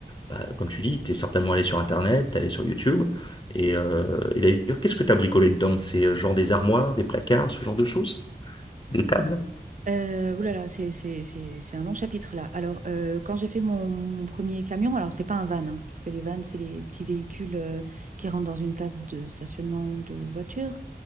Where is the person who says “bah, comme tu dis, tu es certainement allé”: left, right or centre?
Left